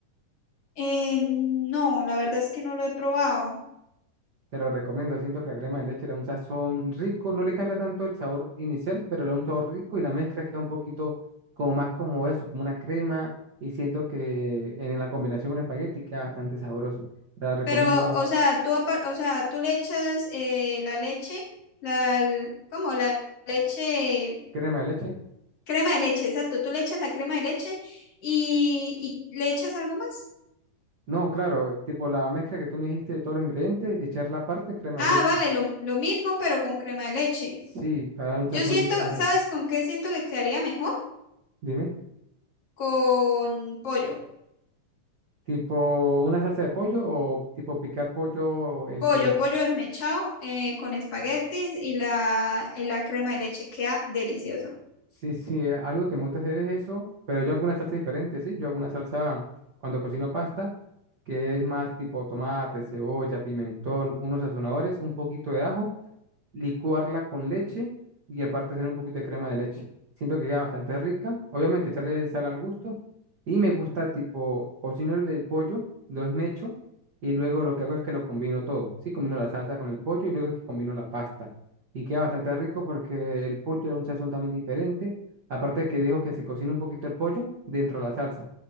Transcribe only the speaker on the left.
Eh, no, la verdad es que no lo he probado.
Pero, o sea, tú, apar- o sea, tú le echas eh, la leche, la, l- ¿cómo? La leche,
crema de leche, exacto. Tú le echas la crema de leche y, y le echas algo más.
Ah,
vale, lo, lo mismo, pero con crema de leche.
Yo siento,
¿sabes con qué siento que quedaría mejor?
Con pollo.
Pollo,
pollo desmechado eh, con espaguetis y la, y la crema de leche. Queda delicioso.